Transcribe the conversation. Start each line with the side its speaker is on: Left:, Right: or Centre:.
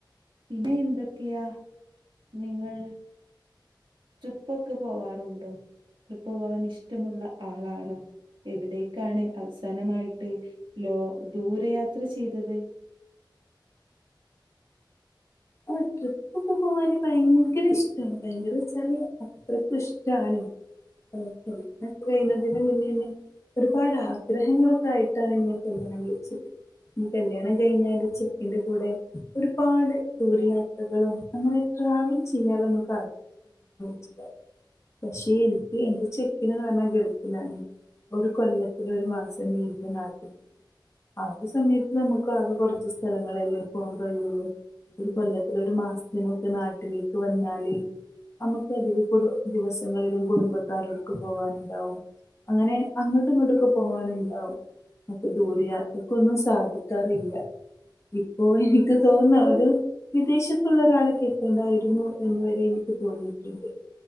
Right: പിന്നെ എന്തൊക്കെയാ നിങ്ങൾ ട്രിപ്പൊക്കെ പോവാറുണ്ടോ ട്രിപ്പ് പോവാൻ ഇഷ് ട്ടമുള്ള ആളാണോ എവിടേക്കാണ് അവസാനമായിട്ട് ലോ ദൂരയാത്ര ചെയ്തത്
Left: ആഹ് ട്രിപ്പൊക്കെ പോവാന് ഭയങ്കരഷ് ട്ടാണ് ഭയങ്കരച്ചാല് അത്രയ്ക്കുഷ്ടാണ് <unintelligible> പ്ലസ്ടു കയ്യുന്നതിൻ്റെ മുന്നേണ് ഒരുപാട് ആഗ്രഹങ്ങളൊക്കെ ആയിട്ടാണ് ഞാൻ കല്യാണം വിളിച്ചത് ഇനി കല്യാണം കഴിഞ്ഞാല് ചെക്കന്റെ കൂടെ ഒരുപാട് ദൂരയാത്രകളും അങ്ങനെ ട്രാവൽ ചെയ്യാലൊന്നും <unintelligible> പക്ഷെ എനിക്ക് എന്റെ ചെക്കന് ന്നറഞ്ഞ ഗൾഫിലാണ് ഒരുകൊല്ലത്തില് ഒരുമാസം ലീവ്ന് നാട്ടിക് ആഹ് ഒരുസമയത്ത് നമുക്ക് ആകെ കൊറച്ച് സ്ഥലങ്ങളല്ലേ പോവാം കഴിയൊള്ളൂ. ഒരു കൊല്ലത്തിലൊരു മാസത്തിനൊക്കെ നാട്ടിലേക്ക് വന്നാല് നമുക്ക് അധിക കുടു ദിവസങ്ങളിലും കുടുംബക്കാരോട്ക്ക് പോവാന്ണ്ടാവും അങ്ങനെ അങ്ങട്ടും ഇങ്ങട്ടൊക്കെ പോവാനുണ്ടാവും. അപ്പൊ ദൂരയാത്രക്കൊന്നും സാധിക്കാറില്ല ഇപ്പോ ഇനിക്ക് തോന്നാ ഒരു വിദേശത്തുള്ളരാളെ കെട്ടണ്ടായിരുന്നു എന്ന് വരെ എനിക്ക് തോന്നിയിട്ടുണ്ട്.